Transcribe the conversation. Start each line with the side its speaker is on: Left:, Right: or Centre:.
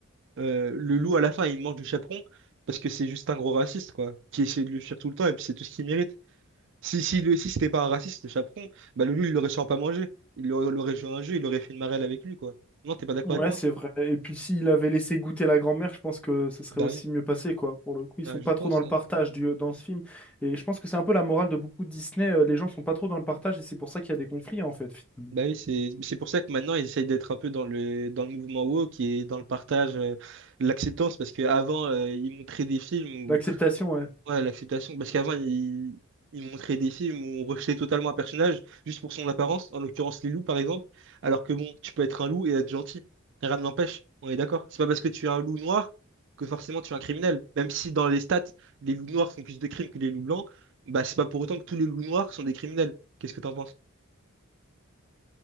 Right: Euh, le
Centre: Mmh.
Right: loup, à la fin, il mange du chaperon parce que c'est juste un gros raciste, quoi, qui essaie de le fuir tout le temps et puis c'est tout ce qu'il mérite. Si, si, le, si c'était pas un raciste, le chaperon, bah le loup, il l'aurait sûrement pas mangé. Il l'aurait l'aurait joué à un jeu, il aurait fait une marelle avec lui, quoi. Non, t'es pas d'accord
Centre: Ouais,
Right: avec moi?
Centre: c'est vrai. Et puis s'il avait laissé goûter la grand-mère, je pense que ça serait
Right: Bah
Centre: aussi
Right: oui,
Centre: mieux passé, quoi. Pour le coup, ils
Right: Ah,
Centre: sont
Right: je
Centre: pas
Right: pense.
Centre: trop dans le
Right: ouais.
Centre: partage du, dans ce film. Et je pense que c'est un peu la morale de beaucoup de Disney. euh, Les gens sont pas trop dans le partage et c'est pour ça qu'il y a des conflits, en fait. finalement.
Right: Bah oui, c'est c'est pour ça que maintenant, ils essayent d'être un peu dans le, dans le mouvement woke et dans le partage, euh, l'acceptance, parce qu'avant, euh, ils montraient des films
Centre: L'acceptation, ouais.
Right: Ouais, l'acceptation. Parce qu'avant, ils ils montraient des films où on rejetait totalement un personnage juste pour son apparence, en l'occurrence les loups par exemple. Alors que bon, tu peux être un loup et être gentil. Rien ne l'empêche, on est d'accord. C'est pas parce que tu es un loup noir que forcément tu es un criminel. Même si dans les stats, les loups noirs font plus de crimes que les loups blancs, bah c'est pas pour autant que tous les loups noirs sont des criminels. Qu'est-ce que t'en penses?